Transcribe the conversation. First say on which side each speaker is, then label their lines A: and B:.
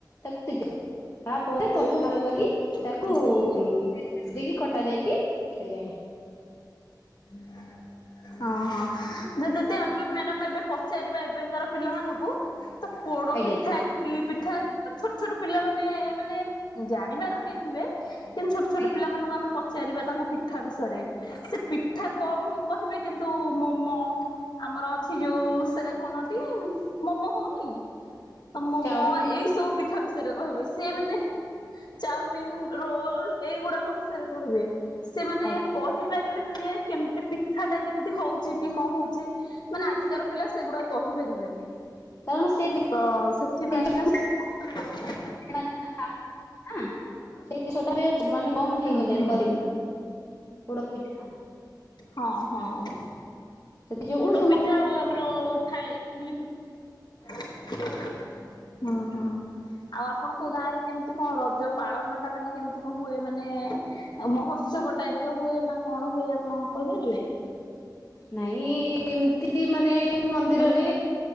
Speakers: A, on the left; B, on the left.
A: ତାକୁ ସିଝ ତାପରେ ତଳକୁ ବାହାର କରି ତାକୁ
B: ଆଜ୍ଞା ଆଜ୍ଞା।
A: ପିସ ପିସ କରି କଟା ଯାଇକି- <inaudible>
B: <unintelligible> ଓହୋ ଯେ ଯଦି ଆମେ ମ୍ୟାଡାମ ଏବେ ପଚାରିବା ଏବେଙ୍କର ପିଲାମାନଙ୍କୁ ତ ପୋଡ
A: ଆଜ୍ଞା
B: ପିଠା ଇଟିଲି ପିଠା ଛୋଟ ଛୋଟ ପିଲା ମାନେ ମାନେ ଜାଣିବାର ହେଇଥିବେ କିନ୍ତୁ ଛୋଟ ଛୋଟ
A: ଆଜ୍ଞା
B: ପିଲାମାନଙ୍କୁ ଆମେ ପଚାରିବା ତାଙ୍କୁ ପିଠା ବି ସେ ପିଠା କମ୍ କହିବେ କିନ୍ତୁ ମୋମୋ ଆମର ଅଛି ଯୋଉ- ସେଟା କଣଟି
A: ଆଜ୍ଞା
B: ମୋମୋ ହଉନି ତ ମୋମୋ
A: ଚାଉମିନ
B: ଏଇ ସବୁ ପିଠା ବି ବିଷୟରେ କହିବେ ସିଏ ଏମ ଚାଉମିିନ ରୋଲ ଏଇଗୁଡାକ ବିଷୟରେ କହିବେ। ସେମାନେ-
A: ଆଜ୍ଞା
B: ପାରିବେନି ଯେ କେମତି ପିଠାଟା କେମିତି ହଉଛି କି କଣ ହଉଛି ମାନେ ଆଜିକାର ପିଲା ସେଗୁଡା କହିପାରିବେନି।
A: କାରଣ ସେ
B: ତ ସେଥିପାଇଁକା
A: ଜିନିଷ
B: ଆ
A: ମାନେ ସେଇ ଜିନିଷ ଟା ବି ମାନେ କମ ହେଇଗଲେଣି
B: ହୁଁ ହୁଁ
A: କରିବା ପୋଡ ପିଠା ହଁ।
B: ହଁ ହଁ।
A: ସେଥି ଯୋଗୁ
B: ପୋଡ଼
A: ସେମାନେ
B: ପିଠା ଆଉ ଆମର ଥାଏ ଇଟିଲି ପି ହଁ ହୋ। ଆଉ ଆପଣଙ୍କ ଗାଁରେ କେମିତି କଣ ରଜ ପାଳନ ଟା ମାନେ କେମିତି କଣ ହୁଏ ମାନେ ମହ ଉତ୍ସବ ଟାଇପର ହୁଏ ନା କଣ ହୁଏ ଆପଣ କହିପାରିବେ?
A: ନାଇଁ ଏମତି ମାନେ ମନ୍ଦିରରେ
B: ମୁଁ କହିଲି